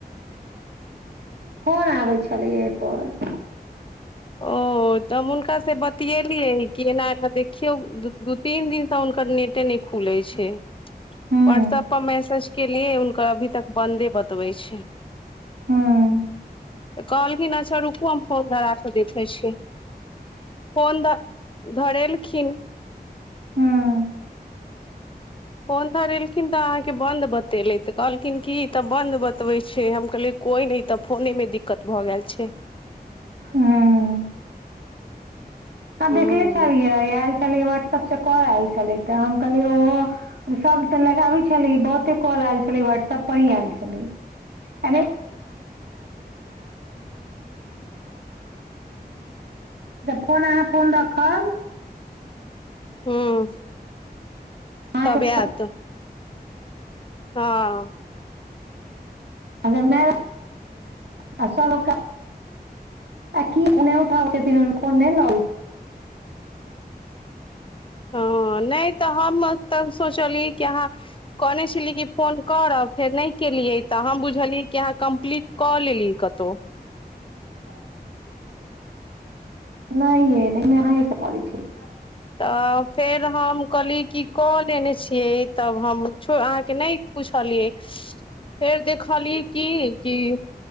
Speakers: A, on the right; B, on the left.
A: फोन आबै छलै एयपर।
B: ओ। त हुनका से बतियेलियै कि एना एना देखियौ दू दू- तीन दिन से हुनकर नेट नहि खुलै छैय।
A: हूं
B: व्हाट्सऐप पर मैसेज केलिए हुनकर अभी तक बन्दे बतबै छैय।
A: हूँ।
B: कहलखिन अच्छा रुकू हम फोन धरा क देखै छी। फोन ध धरेलखिन
A: हूँ।
B: फोन धरेलखिन त अहाँके बन्द बतेलेय त कहलखिन की त बन्द बतबै छैय हम कहलियै कोई नय इ त फोने मे दिक्कत भ गेल छैय।
A: हूं आ
B: ह
A: देखले छलियै आयल छलै व्हाट्सऐप से कॉल आयल छलै त हम कहलियै ओहो सब त लगाबय छले बहुते कॉल आयल छलय व्हाट्सऐप पर ही आयल छलय। <inaudible> त फोन अहाँ फोन रखब
B: हू।
A: अहाँके
B: तबे
A: फोन
B: आयत। हँ।
A: <inaudible> आकी फोन नय उठाबै छथिन आ फोने <unintelligible>
B: हँ नहि त हम तब सोचलियै कि अहाँ कहने छलियै कि फोन करब फेर नहि केलियै त हम बुझलियै कि अहाँ कम्प्लीट कऽ लेली कतो।
A: <inaudible> नइयै नहि अहाँयेसँ करय छलियै।
B: त फेर हम कहली कि क लेने छियै। तब हम छ अहाँके नहि पुछलियै फेर देखलियै की की